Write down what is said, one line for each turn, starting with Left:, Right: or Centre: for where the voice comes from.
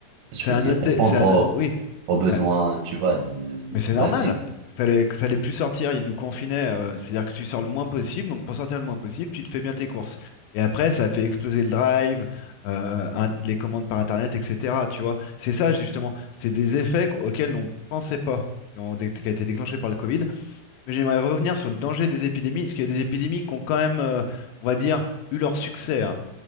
Right: je
Left: C'est
Right: vais
Left: un
Right: dire,
Left: autre... dé-
Right: répondre
Left: C'est un...
Right: aux,
Left: o- Oui.
Right: aux besoins,
Left: Bah,
Right: tu vois, de-
Left: Mais c'est
Right: basiques.
Left: normal. Fallait, fallait plus sortir, ils nous confinaient. euh, c'est-à-dire que tu sors le moins possible. Donc pour sortir le moins possible, tu te fais bien tes courses. Et après, ça a fait exploser le drive, euh, in- les commandes par Internet, etc. Tu vois, c'est ça justement. C'est des effets qu- auxquels on ne pensait pas, qui ont, dé- qui a été déclenché par le Covid. Mais j'aimerais revenir sur le danger des épidémies, parce qu'il y a des épidémies qui ont quand même, euh, on va dire, eu leur succès. hein.